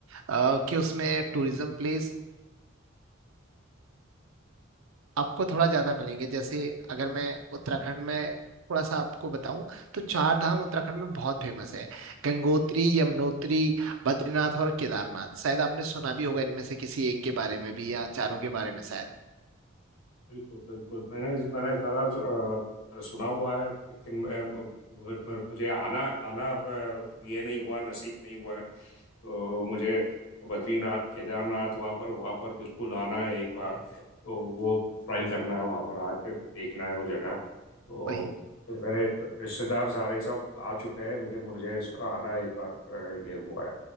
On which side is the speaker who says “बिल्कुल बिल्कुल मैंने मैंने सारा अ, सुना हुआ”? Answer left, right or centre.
Left